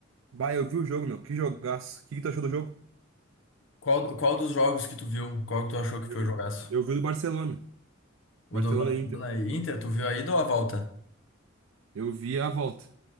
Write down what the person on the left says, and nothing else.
Qual, qual dos jogos que tu viu? Qual que tu achou que foi
o
jogaço?
O
do Barcelona
e Inter, tu viu aí ou a volta?